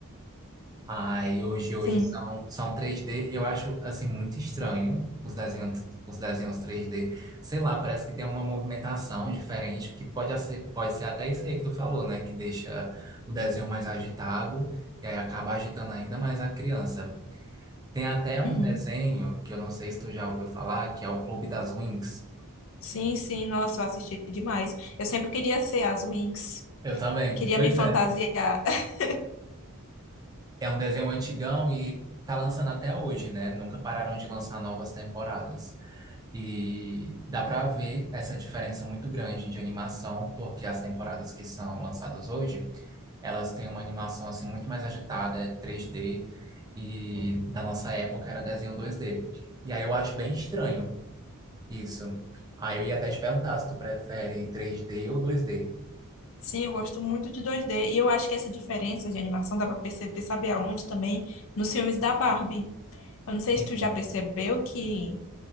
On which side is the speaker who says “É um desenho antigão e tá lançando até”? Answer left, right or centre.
Right